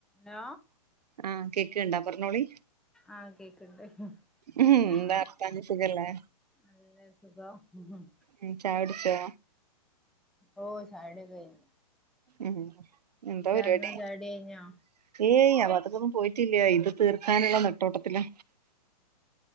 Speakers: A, in the centre; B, on the right (about 80°).
A: നോ
B: ആഹ് കേക്ക്ണ്ടാ പറഞ്ഞോളി.
A: ആഹ് കേക്ക്ണ്ട്.
B: ഉം
A: ആ.
B: എന്താ വർത്താനം സുഖല്ലേ
A: നല്ലേ സുഖം.
B: ഉം ചായുടിച്ചോ?
A: ഓ ചായുടിയൊക്കെ കയിഞ്ഞു.
B: ഉം എന്താ
A: എന്താങ്ങളെ
B: പരിപാടി
A: ചായുടി കയിഞ്ഞാ?
B: ഏയ് ആഭാഗത്തക്കൊന്നും പോയിട്ടില്ല ഇന്ന് തീർക്കാനുള്ള നെട്ടോട്ടത്തിലാ.